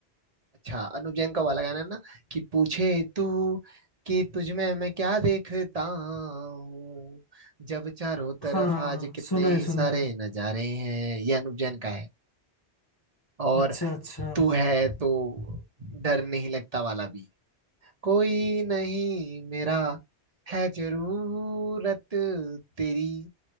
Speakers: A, on the right (about 40°); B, on the left (about 40°).
A: अच्छा अनुप जैन का वाला गाना है ना कि पूछे तू कि तुझ में मैं क्या देखता हूँ जब चारों तरफ
B: हाँ
A: आज कितने
B: सुना
A: ही
B: है
A: सारे
B: सुना है
A: नजारे हैं ये अनुप जैन का है और
B: अच्छा अच्छा
A: तू है तो डर नहीं लगता वाला भी कोई नहीं मेरा है जरूरत तेरी